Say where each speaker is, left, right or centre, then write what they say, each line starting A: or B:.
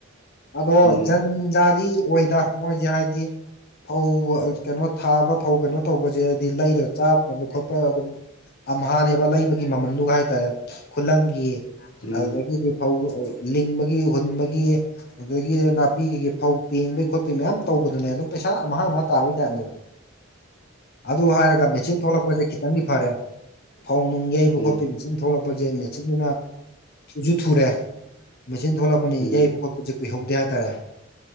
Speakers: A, on the left; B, on the left.
A: ꯑꯗꯣ
B: ꯎꯝ
A: ꯖꯟꯖꯥꯗꯤ ꯑꯣꯏꯗ ꯃꯣꯏꯖ‌ꯦ ꯍꯥꯏꯗꯤ ꯐꯧ ꯀꯩꯅꯣ ꯊꯥꯕ ꯐꯧ ꯀꯩꯅꯣ ꯇꯧꯕꯁꯦ ꯍꯥꯏꯗꯤ ꯂꯩꯔꯒ ꯆꯥ ꯐꯕ ꯈꯣꯠꯄ ꯑꯗꯨꯝ ꯑꯝꯍꯅꯦꯕ ꯂꯩꯕꯒꯤ ꯃꯃꯜꯗꯨꯒ ꯍꯥꯏꯇꯥꯔꯦ ꯈꯨꯂꯪꯒꯤ
B: ꯎꯝ
A: ꯑꯗꯨꯗꯒꯤꯗꯤ ꯐꯧ ꯂꯤꯡꯕꯒꯤ ꯍꯨꯟꯕꯒꯤ ꯑꯗꯒꯤ ꯅꯥꯄꯤꯒꯤꯒꯤ ꯐꯧ ꯄꯦꯡꯕꯩ ꯈꯣꯠꯄꯩ ꯃꯌꯥꯝ ꯇꯧꯕꯗꯨꯅꯦ ꯑꯗꯨꯝ ꯄꯩꯁꯥ ꯑꯝ ꯍꯥ ꯑꯝ ꯍꯥ ꯇꯥꯏꯞꯅ‌ꯦꯕ ꯑꯗꯨ ꯍꯥꯏꯔꯒ ꯃꯦꯆꯤꯟ ꯊꯣꯛꯂꯛꯄꯖꯦ ꯈꯤꯇꯪꯗꯤ ꯐꯔꯦ ꯐꯧ ꯅꯨꯡ ꯌꯩꯕ
B: ꯎꯝ
A: ꯈꯣꯠꯄꯩ ꯃꯦꯆꯤꯟ ꯊꯣꯛꯂꯛꯄꯖꯦ ꯃꯦꯆꯤꯟꯗꯨꯅ ꯊꯨꯖꯨ ꯊꯨꯔꯦ ꯃꯦꯆꯤꯟ ꯊꯣꯛꯂꯛꯄꯅꯤ
B: ꯎꯝ ꯎꯝ
A: ꯌꯩꯕ ꯈꯣꯠꯄꯖꯦ ꯀꯨꯏꯍꯧꯗꯦ ꯍꯥꯏꯇꯥꯔꯦ